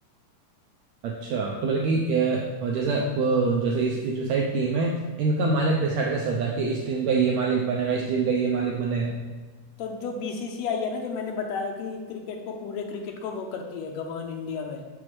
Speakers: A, on the right; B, on the left.
A: अच्छा तो मतलब कि अ, जैसे अ, जैसे इस ये जो सारी टीम है इनका मालिक डिसाइड कैसे होता है कि इस टीम का ये मालिक बनेगा इस टीम का ये मालिक बनेगा
B: तो जो बीसीसीआई है ना जो मैंने बताया कि क्रिकेट को पूरे क्रिकेट को वो करती है गवर्न इंडिया में